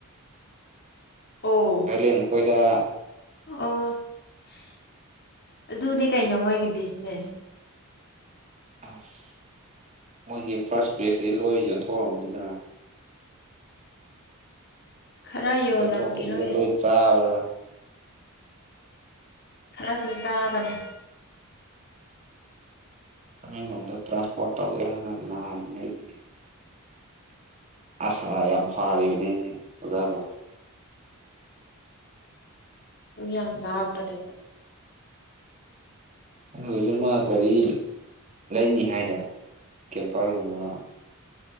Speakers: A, on the left; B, on the right.
A: ꯑꯣ
B: ꯊꯥꯏꯂꯦꯟ ꯀꯣꯏꯗ
A: ꯑꯣ ꯑꯁ ꯑꯗꯨꯅꯦ ꯀꯩꯅꯣ ꯃꯣꯏꯒꯤ ꯕꯤꯖꯤꯅꯦꯁ
B: ꯑꯁ ꯃꯣꯏꯒꯤ ꯐꯥꯔꯁ ꯕꯦꯖꯁꯤ ꯂꯣꯏ ꯌꯣꯟꯊꯣꯛꯔꯝꯒꯅꯤꯗꯅ
A: ꯈꯔ ꯌꯣꯜꯂꯝꯒꯤꯔꯣꯏ
B: ꯌꯣꯟ ꯊꯣꯛꯇꯕꯤꯗ ꯂꯣꯏ ꯆꯥꯕ꯭ꯔꯥ
A: ꯈꯔꯁꯨ ꯆꯥꯕꯅꯦ
B: ꯇꯃꯦꯡꯂꯣꯡꯗ ꯇ꯭ꯔꯥꯟꯁꯄꯣꯔꯠ ꯇꯧꯒꯦ ꯍꯥꯏꯗꯅ ꯅꯍꯥꯟ ꯂꯩꯔꯤ ꯑꯁꯥ ꯌꯥꯝ ꯐꯔꯤꯕꯅꯤ ꯑꯣꯖꯥꯗꯣ
A: ꯁꯨ ꯌꯥꯝ ꯂꯥꯞꯄꯅꯦꯕꯣ
B: ꯑꯗꯨꯑꯣꯏꯁꯨ ꯃꯥ ꯒꯥꯔꯤ ꯂꯩꯅꯤ ꯍꯥꯏꯗ ꯀꯦꯝꯄꯔꯒꯨꯝꯕ